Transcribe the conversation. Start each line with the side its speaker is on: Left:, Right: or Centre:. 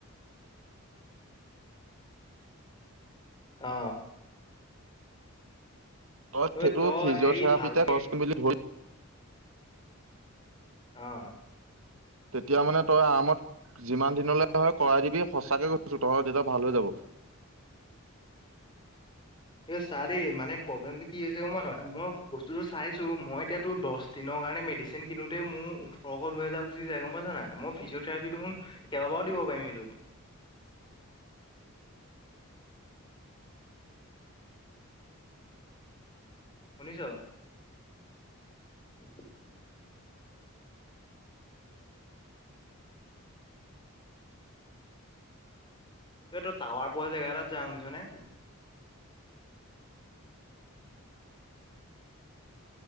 Left: অঁ-
Right: বচ্‌,
Left: অ
Right: সেইটো
Left: তই
Right: ফিজ'থেৰাপিতে
Left: হেৰি ভালকে
Right: কৰচোন বুলি ধৰি
Left: অঁ
Right: তেতিয়া মানে তই আৰামত যিমান দিনলৈ হ'য় কৰাই দিবি সঁচাকে কৈছো, তহঁতৰ দেতাৱ ভাল হৈ যাব।
Left: এ চা দেই মানে প্ৰব্লেমটো কি হৈছে গমপাৱ- নাপাৱ, মই বস্তুটো চাইছো মই এতিয়াটো দচ দিনৰ কাৰণে মেডিচিন কিনোতে মো ওঠৰশ দুহেজা গুচি যায় গম পাইছা নাই। মো ফিজিঅ'থেৰাপিটো দেখোন কেইবাবাৰো দিব পাৰিম এইটোত শুনিছ? <inaudible> ঐ তই টাৱাৰ পোৱা জেগা এটাত যা শুনিছনে?